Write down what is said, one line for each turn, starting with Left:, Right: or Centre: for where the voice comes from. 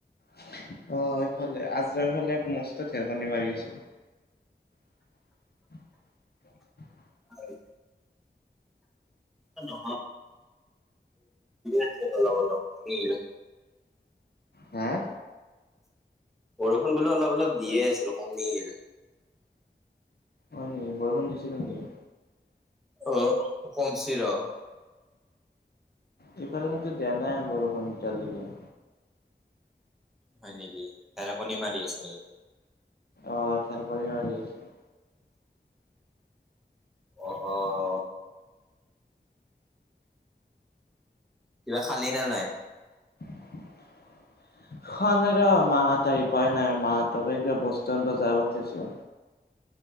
Left: অ', এইফালে আজাৰ ফালে মস্ত ধেৰকণী মাৰি আছে। <unintelligible>
Centre: <unintelligible> এনে আছোঁ লগৰ লগ <unintelligible>
Left: হা'
Centre: বৰষুণ বোলো অলপ অলপ দিয়ে আছিল কমিল।
Left: হয়', নেকি বৰষুণ দিছিলে নেকি?
Centre: অ', কমচি ৰ'।
Left: এইফালে দিয়া নাই বৰষুণ এতিয়ালৈকে।
Centre: হয়', নেকি ধেৰেকণি মাৰি আছে নেকি?
Left: অ', ধেৰকণি মাৰি আছে।
Centre: অ', অ', কিবা খালি নে নাই?
Left: <unintelligible> খোৱা নাই ৰ মাহঁত আহি পোৱাই নাই মাহঁতকে এইটো বস্তু আনিব যাব পঠিইছো।